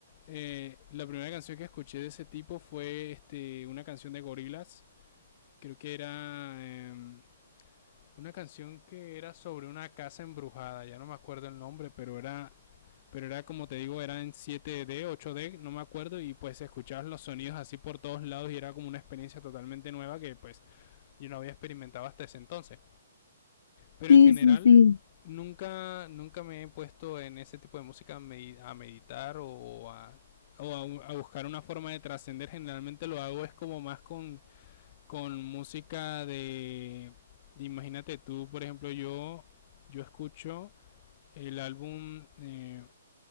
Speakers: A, on the left; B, on the left.
A: Eh, la primera canción que escuché de ese tipo fue este, una canción de Gorillaz, Creo que era... em, una canción que era sobre una casa embrujada, ya no me acuerdo el nombre, pero era pero era como te digo, era en siete d ocho d no me acuerdo, y pues escuchabas los sonidos así por todos lados y era como una experiencia totalmente nueva que pues yo no había experimentado hasta ese entonces. Pero
B: Sí,
A: en general
B: sí, sí,
A: nunca, nunca me he puesto en ese tipo de música a meditar o a, o a, a buscar una forma de trascender, generalmente lo hago es como más con con música de, de imagínate tú, por ejemplo, yo yo escucho el álbum eh,